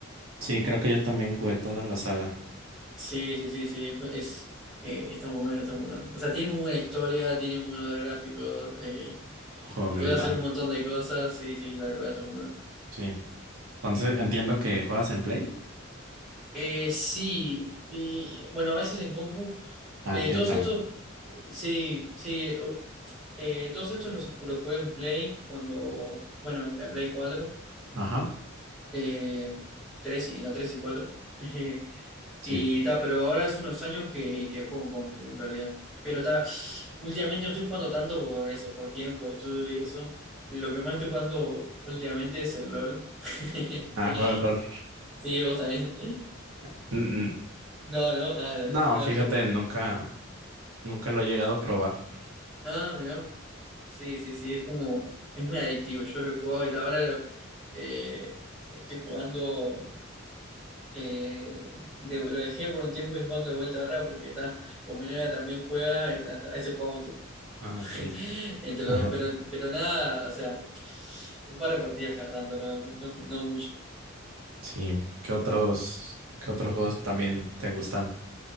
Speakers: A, on the right; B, in the centre.
A: Sí, creo que yo también jugué toda la saga.
B: Sí, sí, sí, sí. Es, eh, está muy bueno, está muy bueno. O sea, tiene muy buena historia, tiene muy buenos gráficos, eh,
A: Jugabilidad,
B: puede hacer un montón de cosas. Sí, sí, tal cual, está muy bueno.
A: sí. Entonces entiendo que juegas en Play.
B: Eh, sí, y bueno, a veces en compu,
A: Ah,
B: eh,
A: tienes
B: todos
A: también.
B: estos, sí, sí, o- eh, todos estos los, ju- los jugué en Play cuando, bueno, en la Play cuatro
A: Ajá,
B: eh, 3 y en la 3 y cuatro <laughs>
A: sí.
B: Y ta, pero ahora hace unos años que, que juego en compu, en realidad. Pero ta, últimamente no estoy jugando tanto por eso, por tiempo, estudio y eso. Lo que más estoy jugando últimamente es el LOL. <laughs>
A: Ah, juegas LOL.
B: Sí, vos también.
A: <laughs>
B: No, no, ah,
A: No,
B: no,
A: fíjate,
B: yo juego.
A: nunca, nunca lo he llegado a probar.
B: Ah, mira. Sí, sí, sí, es como, es muy adictivo. Yo lo he jugado y ta, ahora lo, eh, estoy jugando, eh, de- lo dejé por un tiempo y estoy jugando de vuelta ahora porque ta, con mi novia también juega y ta, a veces jugamos <laughs>
A: Ah, ok.
B: entre los
A: <laughs>
B: dos, pero, pero nada, o sea, un par de partidas cada tanto, no, no, no mucho.
A: Sí, ¿qué otros, qué otros juegos también te gustan?